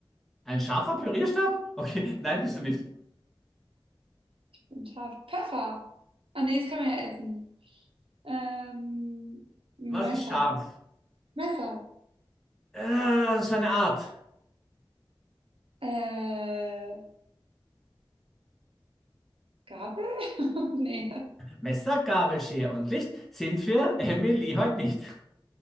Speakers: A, in the centre; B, on the right (about 80°).
A: Ein scharfer Pürierstab? Okay, <laughs> nein, bist du nicht.
B: Ein Taf Pfeffer? Ah nee, das kann man ja essen. Ähm, Messer.
A: Was ist scharf?
B: Messer.
A: Äh, so eine Art.
B: Äh, Gabel? <laughs> Nee.
A: Messer, Gabel, Schere und Licht sind für Emily heute nicht.